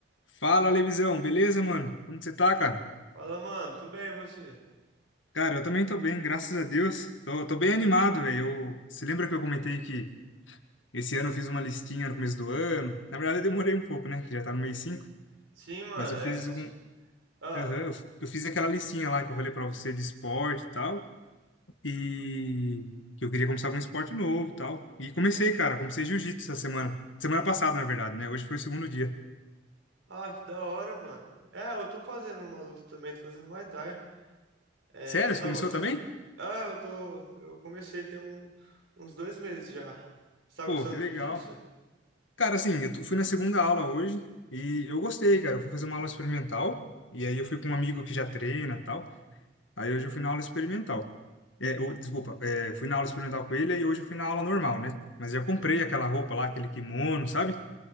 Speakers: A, on the left; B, on the right.
A: Fala, Levisão, beleza, mano? Como que você tá, cara?
B: Fala, mano, tudo bem e você?
A: Cara, eu também tô bem, graças a Deus. Tô, tô bem animado, velho. Eu- Você lembra que eu comentei que esse ano eu fiz uma listinha no começo do ano? Na verdade, eu demorei um pouco, né? Que já tá no mês 5,
B: Sim, mano,
A: mas eu
B: é
A: fiz
B: assisti.
A: um.
B: Ah,
A: Aham, eu, eu fiz aquela listinha lá que eu falei pra você de esporte e tal. E que eu queria começar algum esporte novo e tal. E comecei, cara, comecei jiu-jitsu essa semana. Semana passada, na verdade, né? Hoje foi o segundo dia.
B: ah, que da hora, mano. É, eu tô fazendo uma luta também, tô fazendo Muay Thai. É,
A: Sério?
B: você
A: Você
B: tá
A: começou
B: gostando?
A: também?
B: Ah, eu tô. Eu comecei tem um, uns dois meses já. Você tá
A: Pô,
B: gostando
A: que legal.
B: de jiu-jitsu?
A: Cara, assim, eu tu- fui na segunda aula hoje e eu gostei, cara. Eu fui fazer uma aula experimental e aí eu fui com um amigo que já treina e tal. Aí hoje eu fui na aula experimental. É, ô, desculpa, é, fui na aula experimental com ele e hoje eu fui na aula normal, né? Mas já comprei aquela roupa lá, aquele kimono, sabe?